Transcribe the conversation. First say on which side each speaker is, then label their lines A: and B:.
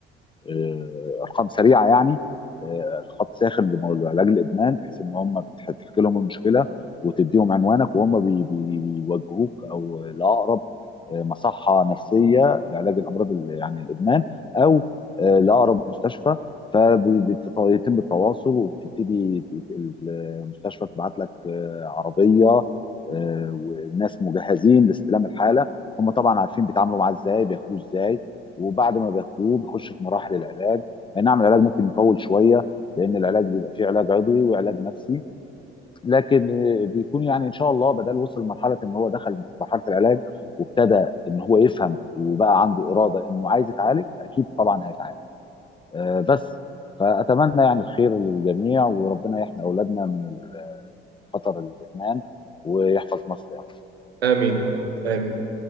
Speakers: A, on the left (about 15°); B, on the right (about 85°).
A: آه، ارقام سريعه يعني خط ساخن لعلاج الادمان بحيث ان هم بتحكي لهم المشكله وتديهم عنوانك وهم بي بي بيوجهوك او لاقرب آه، مصحه نفسيه لعلاج الامراض يعني الادمان او آه، لاقرب مستشفى فبيتم التواصل وبتبتدي المستشفى تبعت لك آه، عربيه آه، والناس مجهزين لاستلام الحاله هم طبعا عارفين بيتعاملوا معاه ازاي بياخدوه ازاي وبعد ما بياخدوه بيخش في مراحل العلاج اي نعم العلاج ممكن يطول شويه لان العلاج بيبقى فيه علاج عضوي وعلاج نفسي لكن آه، بيكون يعني ان شاء الله بدل وصل لمرحله ان هو دخل في مرحله العلاج وابتدى ان هو يفهم وبقى عنده اراده انه عايز يتعالج اكيد طبعا هيتعالج آه، بس فاتمنى يعني الخير للجميع وربنا يحمي اولادنا من خطر الادمان ويحفظ مصر
B: امين يا رب امين